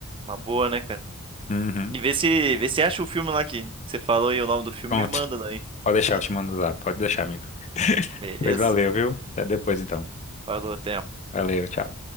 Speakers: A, on the right; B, on the left.
A: Uma boa, né, cara?
B: Uhum.
A: E vê se, vê se acha o filme lá que você falou e o nome do filme
B: Pronto.
A: me manda daí.
B: Pode deixar,
A: <laughs>
B: eu te mando lá. Pode deixar, amigo.
A: Beleza?
B: Pois valeu, viu? Até depois, então.
A: Falou, até.
B: Valeu, tchau.